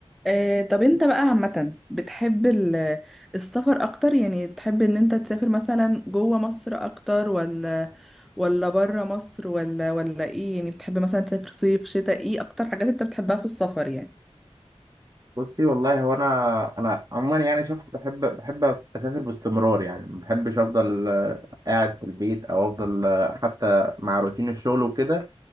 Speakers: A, in the centre; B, on the right (about 35°).
A: آه، طب انت بقى عامة بتحب ال- السفر اكتر يعني تحب ان انت تسافر مثلا جوه مصر اكتر ولا ولا بره مصر ولا ولا ايه يعني بتحب مثلا تسافر صيف شتاء ايه اكتر حاجات انت بتحبها في السفر يعني
B: بصي والله هو انا انا عموما يعني شخص بحب بحب اسافر باستمرار يعني ما بحبش افضل آه، قاعد في البيت او افضل آه، حتى مع روتين الشغل وكده